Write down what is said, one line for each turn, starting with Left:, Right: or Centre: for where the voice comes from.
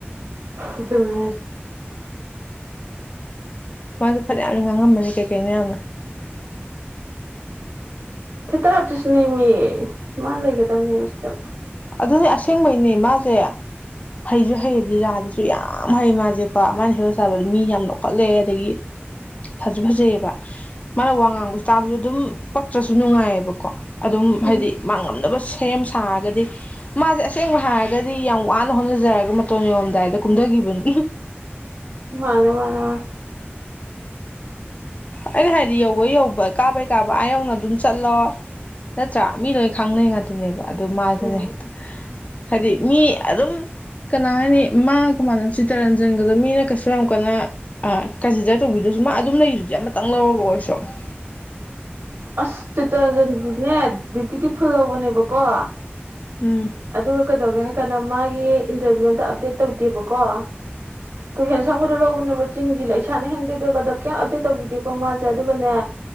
Right: ꯑꯗꯨꯗ ꯃꯅꯔꯁꯦ
Left: ꯃꯄꯥꯁꯨ ꯐꯅꯌꯥꯝꯅ ꯉꯥꯡꯉꯝꯃꯅꯤ ꯀꯩꯀꯩꯅꯣ ꯌꯥꯝꯅ
Right: ꯊꯦꯇꯔ ꯑꯥꯔꯇꯤꯁꯅꯦ ꯃꯤ ꯃꯥ ꯂꯩꯒꯗꯕꯅꯦ ꯃ ꯁꯤꯗꯕ
Left: ꯑꯗꯨꯅꯦ ꯑꯁꯦꯡꯕꯩꯅꯦ ꯃꯥꯁꯦ ꯍꯩꯁꯨ ꯍꯩꯕ ꯂꯤꯂꯥꯗꯨꯁꯨ ꯌꯥꯝ ꯍꯩ ꯃꯥꯁꯦ ꯀꯣ ꯃꯥꯅ ꯍꯦꯔ ꯆꯥꯕꯗꯣ ꯃꯤ ꯌꯥꯝ ꯅꯣꯛꯀꯠꯂꯦ ꯑꯗꯒꯤ ꯐꯖ ꯐꯖꯩꯑꯕ ꯃꯥꯅ ꯋꯥ ꯉꯥꯡꯕꯁꯨ ꯇꯥꯕꯁꯨ ꯑꯗꯨꯝ ꯄꯛꯇ꯭ꯔꯁꯨ ꯅꯨꯡꯉꯥꯏꯌꯦꯕꯀꯣ ꯑꯗꯨꯝ
Right: ꯎꯝ
Left: ꯍꯥꯏꯗꯤ ꯃꯥꯡꯉꯝꯅꯕ ꯁꯦꯝ ꯁꯥꯔꯒꯗꯤ ꯃꯥꯁꯦ ꯑꯁꯦꯡꯕ ꯍꯥꯏꯔꯒꯗꯤ ꯌꯥꯝ ꯋꯥꯅ ꯍꯣꯠꯅꯖꯔꯒ ꯃꯇꯣꯟ ꯌꯧꯔꯝꯗꯥꯏꯗ ꯀꯨꯝꯊꯈꯤꯕꯅꯤ
Right: ꯃꯥꯅꯦ ꯃꯥꯅꯦꯦ ꯃꯥꯅꯤ
Left: ꯑꯩꯅ ꯍꯥꯏꯗꯤ ꯌꯧꯕꯩ ꯌꯧꯕ ꯀꯥꯕꯩ ꯀꯥꯕ ꯑꯥ ꯌꯧꯅ ꯑꯗꯨꯝ ꯆꯠꯂꯣ ꯅꯠꯇ꯭ꯔꯥ ꯃꯤ ꯂꯣꯏ ꯈꯪꯅꯩ ꯉꯥꯛꯇꯅꯦꯕ ꯑꯗꯨꯗ ꯃꯥꯁꯤꯅ
Right: ꯎꯝ
Left: ꯍꯦꯛꯇ ꯍꯥꯏꯗꯤ ꯃꯤ ꯑꯗꯨꯝ ꯀꯅꯥ ꯍꯥꯏꯅꯤ ꯃꯥꯒ ꯃꯥꯟꯅ ꯆꯤꯇꯔꯟꯖꯟꯒꯗꯣ ꯃꯤꯅ ꯀꯩꯁꯨ ꯌꯥꯝ ꯀꯟꯅ ꯑ ꯀꯟꯁꯤꯗꯔ ꯇꯧꯕꯤꯗꯁꯨ ꯃꯥ ꯑꯗꯨꯝ ꯂꯩꯔꯤꯗꯨꯗꯤ ꯑꯃ <unintelligible>
Right: ꯑꯁ ꯆꯤꯇꯔꯟꯖꯟꯗꯨꯅꯦ ꯗꯤꯎꯇꯤꯗꯤ ꯐꯨꯜ ꯂꯧꯕꯅꯦꯕꯀꯣ
Left: ꯎꯝ
Right: ꯑꯗꯨꯒ ꯀꯩꯗꯧꯒꯦ ꯍꯥ ꯀꯅꯥ ꯃꯥꯒꯤ ꯏꯟꯇꯔꯚꯤꯌꯨ ꯑꯃꯗ ꯑꯞꯗꯦꯠ ꯇꯧꯗꯦꯕꯀꯣ ꯀꯍꯦꯟꯁꯝ ꯒꯥꯗꯣ ꯂꯧꯕꯅꯦꯕꯥ ꯆꯤꯡ ꯒꯤ ꯂꯩ ꯁꯥꯅ ꯍꯦꯟꯗꯗ ꯀꯌꯥꯝ ꯑꯞꯗꯦꯠ ꯇꯧꯕꯤꯗꯦꯀꯣ ꯃꯥꯁꯦ ꯑꯗꯨꯒꯅꯦ